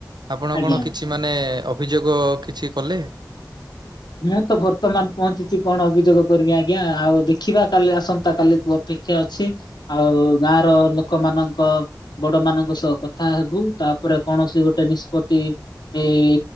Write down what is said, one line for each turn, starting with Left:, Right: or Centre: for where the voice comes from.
Right: ଆପଣ
Left: ଆଜ୍ଞା
Right: କଣ କିଛି କି ମାନେ ଅଭିଯୋଗ କିଛି କଲେ?
Left: ମୁଁ ତ ବର୍ତ୍ତମାନ ପହଞ୍ଚିଛି କଣ ଅଭିଯୋଗ କରିବି ଆଜ୍ଞା ଆଉ ଦେଖିବା କାଲି ଆସନ୍ତା କାଲିକୁ ଅପେକ୍ଷା ଅଛି ଆଉ ଗାଁର ଲୋକମାନଙ୍କ ବଡ ମାନଙ୍କ ସହ କଥା ହେବୁ ତାପରେ କୌଣସି ଗୋଟେ ନିଷ୍ପତ୍ତି ଏଇ